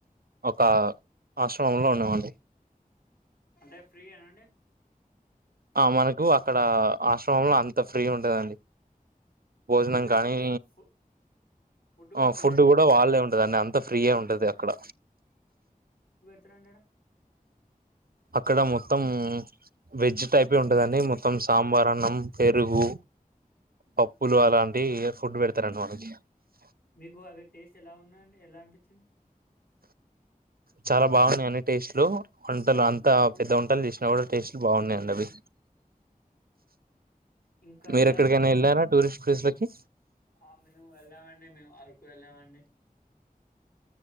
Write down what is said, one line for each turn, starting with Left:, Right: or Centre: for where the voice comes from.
Right: ఒక ఆశ్రమంలో ఉన్నామండి
Left: అంటే ఫ్రీ ఏనాండి
Right: ఆ మనకు అక్కడ ఆశ్రమంలో అంత ఫ్రీ ఉంటందండి భోజనం
Left: ఫుడ్
Right: కానీ
Left: ఎట్లా ఫు కూడా
Right: ఆ
Left: ఫ్రీ
Right: ఫుడ్
Left: అండి
Right: కూడా వాళ్ే ఉంటదండి అంత ఫ్రీయ ఉంటది అక్కడ
Left: ఉత్తరంండడా
Right: అక్కడ మొత్తం వెజ్ టైప్ే ఉంటదండి మొత్తం సాంబార్ అన్నం పెరుగు పప్పులు అలాంటి ఫుడ్ పెడతారండి మనకి
Left: మీకు అవి టేస్ట్ ఎలా ఉన్నాడి ఎలా అనిపించింది
Right: చాలా బాగున్నాయండి టేస్ట్లు వంటలు అంతా పెద్ద వంటలు చేసినా కూడా టేస్ట్లు బాగున్నాయండి అవి
Left: ఇంకా
Right: మీరు
Left: ఇలాగా
Right: ఎక్కడికైనా వెళ్ళారా టూరిస్ట్ ప్లేస్లకి
Left: ఆ మేము వెళ్ళామండి మేము అరకు వెళ్ళామండి